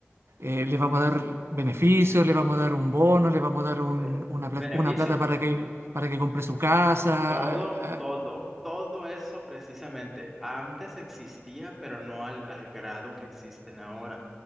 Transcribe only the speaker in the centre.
be-
beneficios,
todo,
todo, todo eso precisamente. Antes existía, pero no al, al grado que existen ahora.